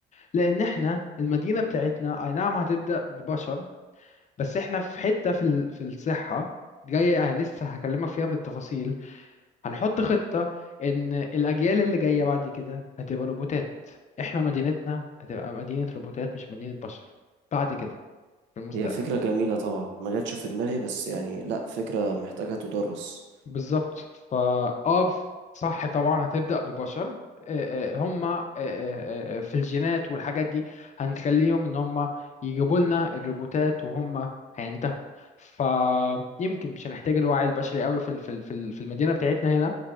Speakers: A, on the left; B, on the right.
A: لان احنا المدينه بتاعتنا اي نعم هتبدا ببشر بس احنا في حته في ال- في الصحه جايه لسه هكلمك فيها بالتفاصيل هنحط خطه ان الاجيال اللي جايه بعد كده هتبقى روبوتات احنا مدينتنا هتبقى مدينه روبوتات مش مدينه بشر بعد كده في المستقبل
B: هي فكرة جميلة طبعا ما جاتش في دماغي بس يعني لا فكرة محتاجة تدرس
A: بالظبط فا اه صح طبعا هتبدأ ببشر آه، آه، هم آه، آه، آه، في الجينات والحاجات دي هنخليهم ان هم يجيبوا لنا الروبوتات وهم هينتهوا فيمكن مش هنحتاج الوعي البشري قوي في ال- في ال- في ال- في المدينة بتاعتنا هنا